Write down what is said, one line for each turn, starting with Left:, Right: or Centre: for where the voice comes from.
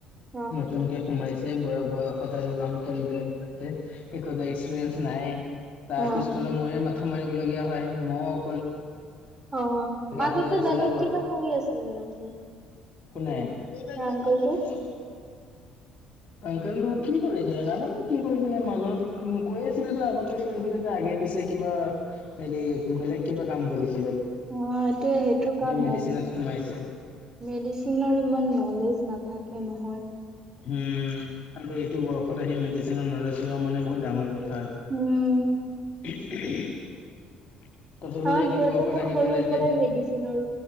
Right: অ',
Left: নতুনকে সোমাইছে, বুঢ়া বয়সত আৰু কাম কৰিবলে সোমাইছে একো এক্সপিৰিয়েঞ্চ নাই। তাৰ
Right: অ',
Left: পিছফালে মোৰে মাথা মাৰি। লগীয়া হয় মই।
Right: অঁ আগতে
Left: হাল্লা চিল্লা
Right: বেলেগ
Left: কৰে
Right: কিবা কৰি আছিল নেকি?
Left: একো নাই। কেবা
Right: সেই
Left: পগতি
Right: আংকলটো?
Left: নেকি? অংকলটো কি কৰিছিলে নাজানো কি কৰিছিলে মাজত উ কৈ আছিলে তো আগতে কৈছিলে যে আগে পিছে কিবা হেৰি বেলেগ কিবা কাম কৰিছে
Right: অ এইটোয়ে সেইটো কাৰণে
Left: মেডিচিনত সোমাইছে
Right: মেডিচিনৰ ইমান নলেজ নাথাকে নহয়।
Left: উম আৰু এইটো বয়সত আহি মেডিচিনৰ নলেজ লোৱা মানে বহুত ডাঙৰ কথা থ আৰু।
Right: উম।
Left: <unintelligible>
Right: অ
Left: যে এইটো
Right: দেউতা
Left: বয়সত
Right: তাক
Left: আহি
Right: সৰুৰ
Left: পেলাই
Right: পৰাই
Left: যে
Right: মেডিচিনৰ